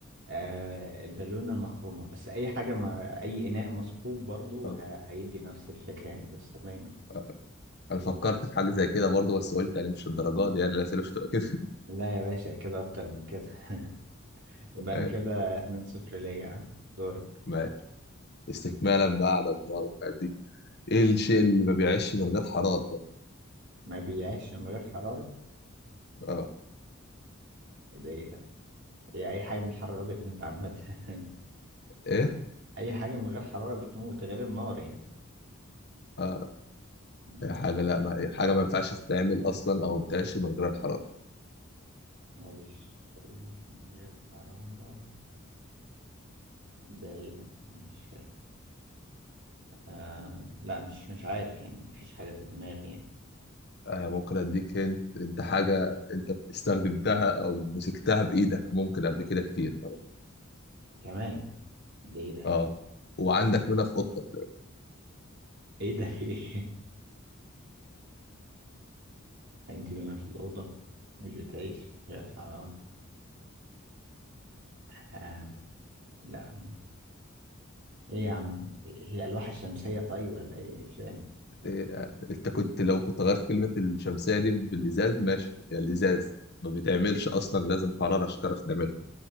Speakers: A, on the right (about 60°); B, on the left (about 55°).
A: آه البالونه المخرومه بس اي حاجه ما اي اناء مثقوب برضو
B: آه،
A: ه- هيدي نفس الفكره يعني بس تمام
B: آه. أنا فكرت في حاجة زي كده برضه بس قلت يعني مش الدرجات دي يعني الأسئلة مش هتبقى كده
A: لا يا باشا كده اكتر من كده <laughs> يبقى
B: <laughs> ماشي
A: انا كده 2 صفر ليا ها؟ دورك
B: ماشي استكمالا بقى على النار والحاجات دي إيه الشيء اللي ما بيعيش من غير حرارة بقى؟
A: ما بيعيش من غير حراره
B: آه
A: ايه ده ايه ده هي اي حاجه بالحراره بتموت عامه <laughs>
B: إيه؟
A: اي حاجه من غير حراره بتموت غير النار
B: آه
A: يعني
B: هي حاجة لا ما حاجة ما ينفعش تتعمل أصلا أو ما بتعيش من غير الحرارة
A: مش مش من الحرارة ده ايه ده مش فاهم. آه... لا مش مش عارف يعني مفيش حاجة في دماغي يعني
B: آه، ممكن اديك انت, انت حاجه انت استخدمتها او مسكتها بايدك ممكن قبل كده كتير طبعا
A: كمان ده ايه ده
B: اه وعندك منها في اوضتك
A: ايه ده <laughs> ايه انت هنا في الأوضة مش بتعيش غير الحرارة آه... لا ايه يا عم هي الألواح الشمسية طيب ولا ايه مش فاهم
B: إيه، انت كنت لو كنت غيرت كلمه الشمسيه دي بالازاز ماشي يا الازاز ما بيتعملش اصلا لازم حراره عشان تعرف تعمله